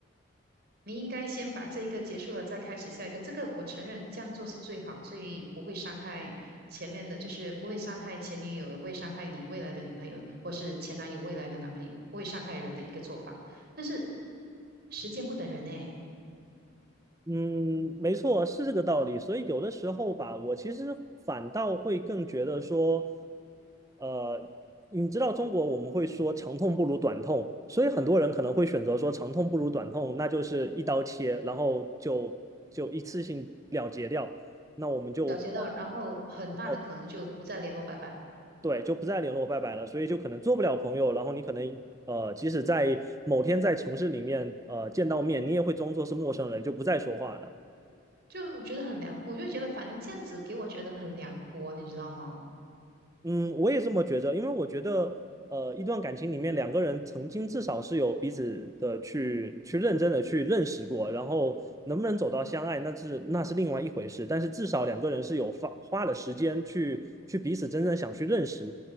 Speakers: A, on the right; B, on the right.
A: 你应该先把这一个结束了，再开始下一个。这个我承认，这样做是最好，最不会伤害前面的，就是不会伤害前女友，也不会伤害你未来的女朋友，或是前男友未来的男朋友，不会伤害人的一个做法。但是时间不等人诶，
B: 嗯，没错，是这个道理。所以有的时候吧，我其实反倒会更觉得说，呃，你知道中国我们会说长痛不如短痛，所以很多人可能会选择说长痛不如短痛，那就是一刀切，然后就就一次性了结掉，那我们就
A: 了解到，然后很大的可能就不再联络，
B: 哦，
A: 拜拜了。
B: 对，就不再联络，拜拜了。所以就可能做不了朋友，然后你可能呃，即使在某天在城市里面呃见到面，你也会装作是陌生人，就不再说话了。
A: 就我觉得很凉，我就觉得反正这样子给我觉得很凉薄，你知道吗？
B: 嗯，我也这么觉着，因为我觉得，呃，一段感情里面两个人曾经至少是有彼此的去去认真的去认识过，然后能不能走到相爱，那是那是另外一回事，但是至少两个人是有花花了时间去去彼此真正想去认识。